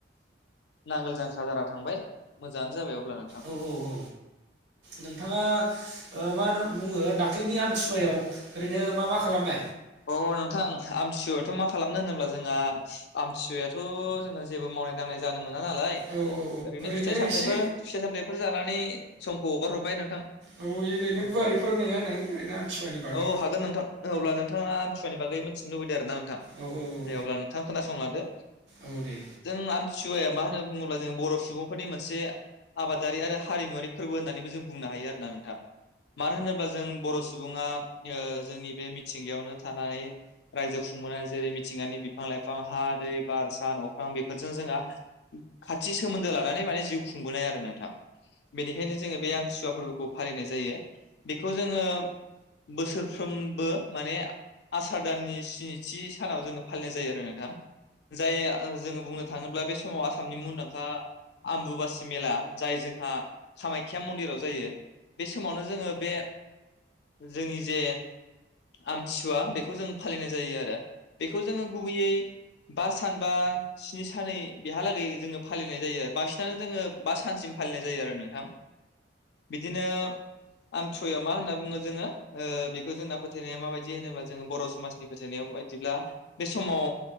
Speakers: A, on the left (about 65°); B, on the right (about 80°).
A: नांगोल जांख्रा जाना थांबाय मोजाङानो जाबाय। अब्ला नोंथां
B: औ औ औ नोंथाङा ओ
A: औ <inaudible> म <unintelligible>
B: मा होनो बुङो दाख्लैनि आमथिसुवायाव ओरैनो मा मा खालामनाय
A: अ नोंथां आमथिसुवायावथ' मा खालामनो होनोब्ला जों आ आमथिसुवाथ' जोंना जेबो मावनाय दांनाय जानो मो ना नालाय
B: औ औ
A: ओरैनो फिथाइ-सामथायफोर
B: एसे
A: फिथाइ-सामथायाइफोर जानानै समखौ हगार हरबाय नोंथां
B: औ ओरैनो
A: औ
B: गुवारै फोरमायना होनाय ओरैनो आमथिुवानि बागै
A: औ हागोन नोंथां अब्ला नोंथाङा आमथिसुवानि बागै मिथिनो लुबैदों आरोना नोंथां
B: औ औ
A: दे अब्ला नोंथां खोनासंलादो
B: औ दे
A: जों आमथिुवाया मा होनना बुङोब्ला जों बर' सुबुंफोरनि मोनसे आबादारि आरो हारिमुवारि फोरबो होननानैबो जों बुंनो हायो आरोना नोंथां। मानो होनोब्ला जों बर' सुबुङा ओ जोंनि बे मिथिंगायावनो थानानै रायजो खुंङो जेरै मिथिंगानि बिफां-लाइफां हा दै बार सान अख्रां बेफोरजों जोंहा खाथि सो मोन्दो लानानै माने जिउ खुंबोनाय आरो नोंथां बेनिखायनो जोङो बे आमथिसुवा फोरबोखौ फालिनाय जायो। बेखौ जोङो बोसोर सोफ्रोमबो माने आसार दाननि स्निथि सानाव जोङो फालिनाय जायो आरो नोंथां जाय जोङो बुंनो थाङोब्ला बे समाव आसामनि मुंदांखा आम्बुुबासि मेला जाय जोंहा खामाख्या मन्दिराव जायो बे समावनो जोङो बे जोंनि जे आमथिसुवा बेखौ जों फालिनाय जायो आरो बेखौ जोङो गुबैयै बा सान बा स्नि सान बेहालागै जोङो फालिनाय जायो बांसिनानो जोङो बा सानसिम फालिनाय जायो आरो नोंथां बिदिनो आमथिसुवायाव मा होनना बुङो जोङो ओ बेखौ जोंना फोथायनाया माबायदि होनोबा जोङो बर' समाजनि फोथायनाय बायदिब्ला बे समाव